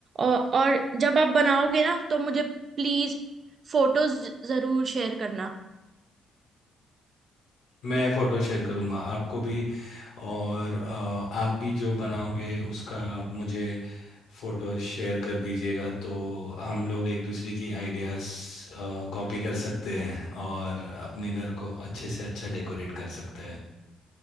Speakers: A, on the right; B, on the left.
A: और और जब आप बनाओगे ना तो मुझे प्लीज फोटोज जरूर शेयर करना
B: मैं फोटो शेयर करूंगा आपको भी और अ, आप भी जो बनाओगे उसका आप मुझे फोटो शेयर कर दीजिएगा तो हम लोग एक दूसरे की आइडियाज कॉपी कर सकते हैं और अपने घर को अच्छे से अच्छा डेकोरेट कर सकते हैं